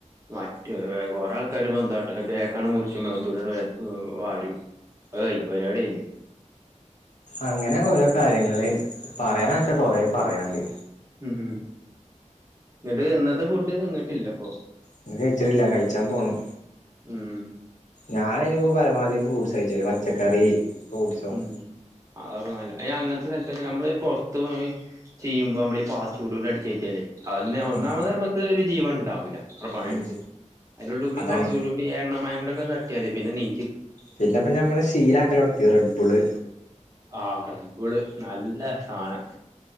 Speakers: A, on the right; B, on the left.
A: മറ്റേ കൊറെ ആൾക്കാര് പന്താട്ടാ കേക്കാണ് മുർച്ചും മേത്തൂടാണ്ട് വാ വാരും അഅ് കയ്ഞ്ഞ് പരിവാട്യഞ്ഞ്.
B: അങ്ങനെ ഓരോ കാര്യങ്ങള് പറയാന വച്ചാ കൊറേ പറ്യാണ്ട്.
A: ഉം ഉം ന്നട്ട് ഇന്നത്തെ ഫുഡ് തിന്ന്ട്ടില്ല പ്പൊ
B: ഇന്ന് കയ്ച്ച്ണില്ല കയ്ച്ചാ പോണം.
A: ഉം
B: ഞാനയിന്പൊ പരമാവധി ഫ്രൂട്ട്സ ഴ്ച്ചല് പച്ചക്കറി ഫ്രൂട്ട്സും
A: ഉം അതാ പ്പനല്ലേ അയ്നങ്ങൻത്തെ സ്ഥല്തൊക്കെ നമ്മളിപൊ ർത്ത് പോയി ചിയ്യുമ്പൊ നമ്മള് ഈ ഫാസ്റ്റ് ഫുഡൂഡിം അടിച്ച് കേറ്റ്യാലെ അഎന്നെ ഒന്നാമതമ്മക്ക്
B: ഉം
A: ഒരു ജീവണ്ടാവൂല അഅ് പണിട്ത്ത്
B: ഉം
A: അയ്ൻ്റുള്ളിൽ കൂടി
B: അതാണ്
A: ഫാസ്റ്റ്ഫുഡുടി എയണ്ണ മയെ കൂട്യൊക്കെ തട്യാല് പിന്ന നീ
B: പിന്നെപ്പ ഞമ്മള് ശീലാക്കലൊട്ത്തി റെഡ്ബുള്
A: ആ റെഡ്ബൂൾ നല്ല സാനം